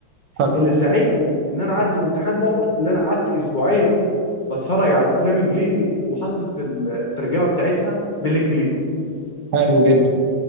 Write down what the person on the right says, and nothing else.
حلو
حلو جدا